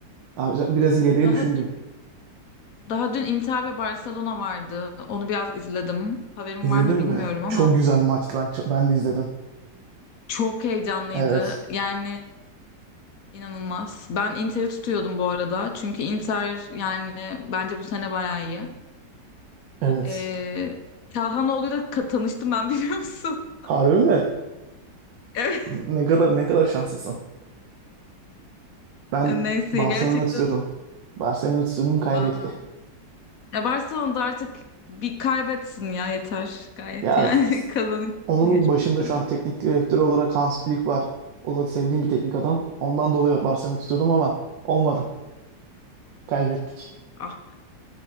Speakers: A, on the right; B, on the left.
A: Abi, biraz ileriye
B: Daha
A: düşündüm.
B: dün, daha dün Inter ve Barcelona vardı. Onu biraz izledim. Haberim
A: İzledin
B: var mı
A: mi?
B: bilmiyorum ama
A: Çok güzel maçtı. Ben, çok- ben de izledim.
B: çok heyecanlıydı.
A: Evet.
B: Yani inanılmaz. Ben Inter'i tutuyordum bu arada. Çünkü Inter yani bence bu sene bayağı iyi.
A: Evet.
B: Ee, Kahhanoğlu'yla ka- tanıştım ben biliyor musun?
A: Harbi mi?
B: <laughs> Evet.
A: Ne kadar ne kadar şanslısın. Ben
B: Neyse
A: Barcelona'yı
B: gerçekten.
A: tutuyordum. Barcelona'yı tutuyordum kaybetti.
B: Aa. Ya Barcelona'da artık bir kaybetsin ya yeter gayet
A: Ya
B: yani
A: s-
B: <laughs> kazanıyor
A: onun
B: geçmişte.
A: başında şu an teknik direktör olarak Hans Flick var. O da sevdiğim bir teknik adam. Ondan dolayı Barcelona'yı tutuyordum ama olmadı. Kaybettik.
B: Ah